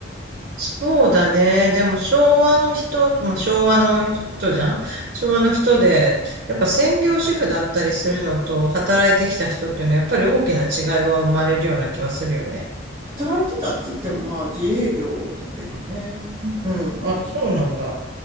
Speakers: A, on the right (about 50°); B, on the right (about 30°).
A: そうだね。でも昭和の人、まあ、昭和の人じゃん昭和の人で、やっぱ専業主婦だったりするのと働いてきた人っていうのはやっぱり大きな違いは生まれるような気はするよね。
B: 働いてたっつっても、まあ自営業だけどね。うんうん。
A: あ、そうなんだ。